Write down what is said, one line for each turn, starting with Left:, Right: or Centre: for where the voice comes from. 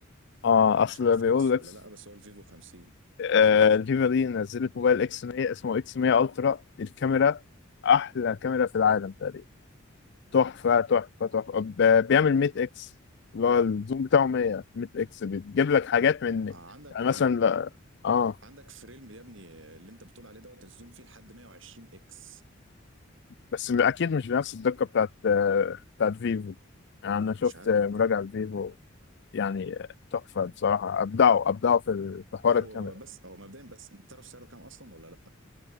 Left: اه اصل
Right: مش عارف
Left: بيقول
Right: اكس ولا
Left: اكس
Right: لا بس هو الفيفو 50
Left: آه الفيفو دي نزلت موبايل اكس 100 اسمه اكس 100 الترا الكاميرا احلى كاميرا في العالم تقريبا تحفه تحفه تحفه ب-
Right: مش عارف
Left: بيعمل 100 اكس اللي هو الزوم بتاعه 100 100 اكس بتجيب لك حاجات من
Right: عندك
Left: يعني مثلا
Right: ما انت
Left: لا- اه
Right: عندك فريلم يا ابني اللي انت بتقول عليه دوت الزوم فيه لحد 120 اكس
Left: بس اكيد مش بنفس الدقه بتاعت آه، بتاعت فيفو يعني انا شفت
Right: مش عارف
Left: مراجعه
Right: بقى
Left: لفيفو يعني تحفة بصراحة أبدعوا أبدعوا في ال- في حوار
Right: هو
Left: الكاميرا
Right: بس هو مبدئيا بس انت تعرف سعره كام اصلا ولا لا